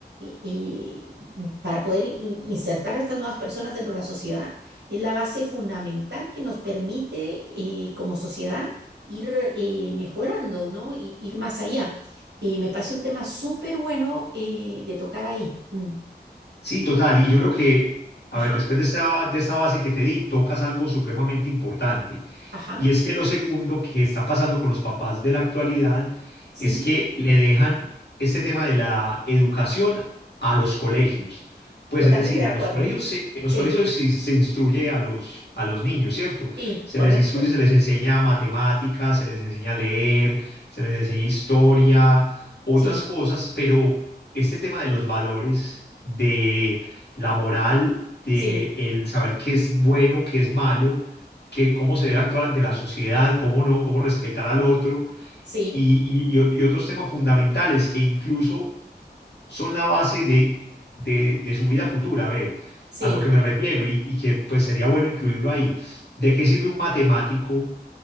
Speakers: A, on the right; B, on the left.
A: eh, para poder in- insertar a estas nuevas personas dentro de la sociedad, es la base fundamental que nos permite eh, como sociedad ir eh, mejorando, ¿no? Y ir más allá. Eh, me parece un tema súper bueno eh, de tocar ahí. Mm.
B: Sí, total. Y yo creo que, a
A: Ajá,
B: ver, después de esta, de esta base que te di, tocas algo supremamente importante.
A: ajá,
B: Y es que lo segundo que está pasando con los papás de la actualidad
A: sí,
B: es que le dejan este tema de la educación a los colegios. Pues
A: totalmente
B: es decir,
A: de
B: en
A: acuerdo.
B: los colegios se, en los
A: Sí,
B: colegios sí se, instruye a los, a los niños, ¿cierto?
A: sí,
B: Se
A: correcto.
B: les instruye, se les enseña matemáticas, se les enseña a leer, se les enseña historia, otras
A: Sí,
B: cosas, pero este tema de los valores, de la moral, de
A: sí,
B: el saber qué es bueno, qué es malo, que cómo se debe actuar ante la sociedad, cómo no, cómo respetar al otro
A: sí,
B: y, y- y o- y otros temas fundamentales que incluso son la base de, de, de su vida futura. A ver,
A: sí,
B: a lo que me refiero y, y que pues sería bueno incluirlo ahí. ¿De qué sirve un matemático?